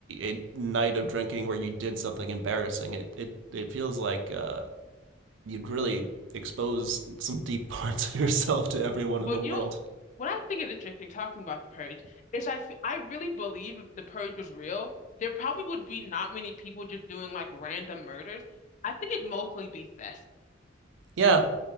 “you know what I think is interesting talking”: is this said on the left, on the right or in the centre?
Left